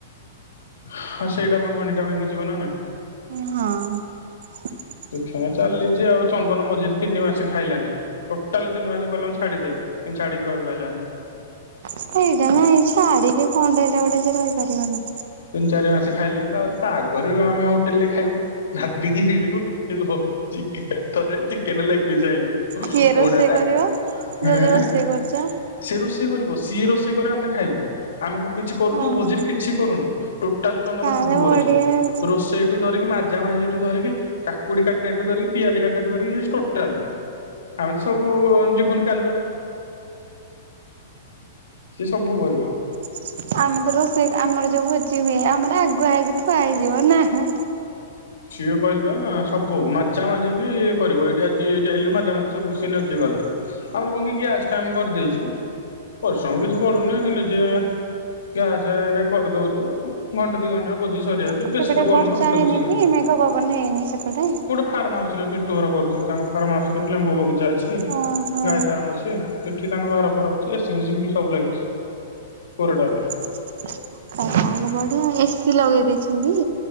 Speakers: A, on the left (about 85°); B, on the right (about 65°).
A: ହଁ ସେଇଟା ଭାଙ୍ଗ ହଣ୍ଡିଟା ଭାଙ୍ଗି ଯିବ ନା ନାଇ
B: ହଁ।
A: ଦେଖେଁ ଚାଲିଛି ଆଉ ଚନ୍ଦନ ମଝିରେ ତିନି ମାସେ ଖାଇଲାନି। ଟୋଟାଲ ତିନ ମାସେ କହିଲା ମୁଁ ଛାଡିଦେବି କିନ୍ତୁ ଛାଡିକି ରହିପାରିଲାନି।
B: ସେଇଟା ନାଇଁ ଛାଡିକି କଣ ଟା ଏଇଟା ଗୋଟେ ଯେ ରହିପାରିବନି।
A: ତିନ ଚାରି ମାସେ ଖାଇଲାନି ତାପରେ ତା ଆଗରେ ବି ଆମେ ଆଉ ହୋଟେଲରେ ଖାଇବୁ ନାଦିକିିରି ହୁ ସେଯୋଉ ହୋ ଚିକେନ ଥରେ ଚିକେନ ଲେଗପିସ ଆଇଁଲୁ
B: କିଏ
A: ପୋଡ଼ାଟା
B: ରୋଷେଇ କରିବ
A: ହେଁ
B: ଯଦି ରୋଷେଇ କରୁଛ
A: ସେ ରୋଷେଇ କରିବ ସିଏ ରୋଷେଇ କରିବ ଆମେ ଖାଇବୁ ଆମେ କଣ କିଛି କ ରୁ
B: ଓହୋ।
A: ଭୋଜିରେ କିଛି କରୁନୁ ଟୋଟାଲ ଚନ୍ଦନ
B: ତାହେଲେ
A: ସବୁ କରୁଛି
B: ବଢିଆ ଆଉ
A: ରୋଷେ ଷେଇଠୁ ଧରିକି ମାଜାମାଜିଠୁ ଧରିକି କାକୁଡି କାଟିବାଠୁ ଧରିକି ପିଆଜ କାଟିବାଠୁ ଧରିକି ସେ ଟୋଟାଲି ଆମେ ତ ସବୁ ଜୀବୁନି ଗାଲୁଆ ସିଏ ସବୁ କରିବ।
B: <inaudible> ଆମେ ତ ରୋଷେଇ କ ଆମର ଯୋଉ ଭୋଜି ହୁଏ ଆମର ଆଗୁଆ ହେଇକି ଥୁଆ ହେଇଯିବ ନାଁ
A: ସିଏ କହିଲି ବା ସବୁ ମାଜାମାଜି ବି କରିବ ଏଇଠି ଆଜି ଏଇଠି ଆଇଲୁ ମାଜାମାଜି ସବୁ ସିଏ ନିଜେ କଲା। ଆମର କଣ କି ଗ୍ୟାସ ଟା ଆମେ କରିଦେଇଛୁ ପରିଶ୍ରମ କିଛି ପଡୁନି ସେ ନିଜେ ଗ୍ୟାସ ରେ କରିଦଉଛୁ ଘଣ୍ଟା ଦି ଘଣ୍ଟା ରେ ଭୋଜି ସରି ଯାଉଛି
B: ସେପଟେ
A: ବେଶୀ ତ କରୁନୁ
B: ବର୍ଷା
A: ଭାତ
B: ହେଇନି
A: କୁ ଚିକେନ।
B: କି ମେଘ ପବନ ହେଇନି ସେପଟେ?
A: ଫାର୍ମ ହାଉସରେ ପିଣ୍ଟୁ ଘର କରୁଥିଲୁ ତାଙ୍କ ଫାର୍ମ ହାଉସରେ ଲେମ୍ବୁ ବଗିଚା ଅଛି
B: ଓହୋ।
A: ଗାଈ ଫାର୍ମ ଅଛି ସେ ଠି ତାଙ୍କ ଘର ଫର ଅଛି ଏସିି ଫେସି ବି ସବୁ ଲାଗିଛି କୋରଡ଼ାରେ
B: <inaudible> ତାହେଲେ ବଢିଆ ଏ ସି ଲଗେଇ ଦେଇଛନ୍ତି?